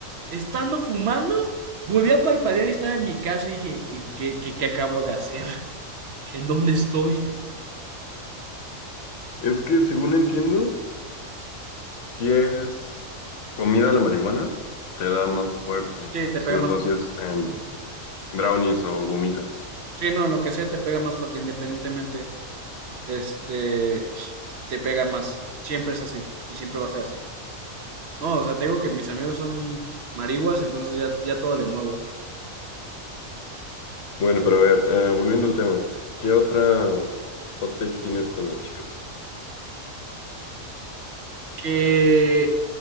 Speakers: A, on the right; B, on the left.
A: estando fumando, volví a parpadear y estaba en mi casa y dije, ¿en qué, qué, qué acabo de hacer? <laughs> ¿En dónde estoy?
B: Es que según entiendo, si es comida la marihuana, te da más fuerte,
A: Sí, te
B: sobre
A: pega más.
B: todo
A: fuerte.
B: si es en brownies o gomitas.
A: Sí, no, en lo que sea te pega más fuerte, independientemente, este, te pega más. Siempre es así y siempre va a ser así. No, o sea, te digo que mis amigos son marihuas, entonces ya, ya todo le muevo.
B: Bueno, pero a ver, eh, volviendo al tema, ¿qué otra hot take tienes con las chicas?
A: que,